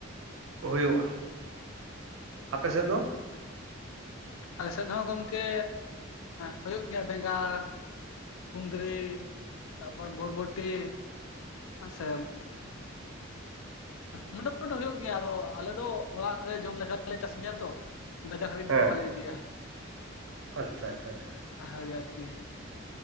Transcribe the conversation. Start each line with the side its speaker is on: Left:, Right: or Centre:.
Right: ᱦᱳᱭᱳᱜᱼᱟ ᱟᱯᱮ ᱥᱮᱫ ᱫᱚ?
Left: ᱟᱞᱮ ᱥᱮᱫ ᱦᱚᱸ ᱜᱚᱝᱠᱮ ᱦᱳᱭᱳᱜ ᱜᱮᱭᱟ ᱵᱮᱸᱜᱟᱲ ᱠᱩᱸᱫᱽᱨᱤ ᱛᱟᱨᱯᱚᱨ ᱵᱚᱨᱵᱚᱴᱤ ᱟᱪᱪᱷᱟ <unintelligible> ᱢᱚᱴᱟᱢᱩᱴᱤ ᱦᱳᱭᱳᱜ ᱜᱮᱭᱟ ᱟᱫᱚ ᱟᱞᱮ ᱫᱚ ᱚᱲᱟᱜ ᱨᱮ ᱡᱚᱢ ᱞᱮᱠᱟᱞᱮ ᱪᱟᱥ ᱜᱮᱭᱟ ᱛᱚ ᱵᱟᱡᱟᱨ ᱦᱟᱹᱵᱤᱡ
Right: ᱦᱮᱸ
Left: ᱫᱚ ᱵᱟᱞᱮ ᱮᱫᱤᱭᱟ᱾
Right: ᱟᱪᱪᱷᱟ ᱟᱪᱪᱷᱟ ᱟᱪᱪᱷᱟ
Left: ᱦᱳᱭ ᱟᱨᱠᱤ